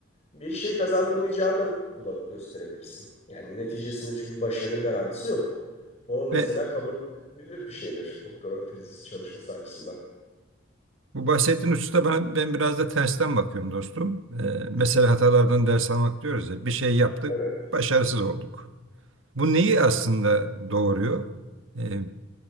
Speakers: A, on the left (about 30°); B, on the right (about 75°).
A: bir şey kazandırmayacağını da bula- gösterebilirsin. Yani neticesinde çünkü başarının garantisi yok. O mesela
B: ve
A: kabul edilebilir bir şeydir doktora tez çalışması açısından.
B: bu bahsettiğin hususta ben, ben biraz da tersten bakıyorum dostum. E, mesela hatalardan ders almak diyoruz ya, bir şey yaptık,
A: Evet,
B: başarısız olduk. Bu neyi aslında doğuruyor? Ee,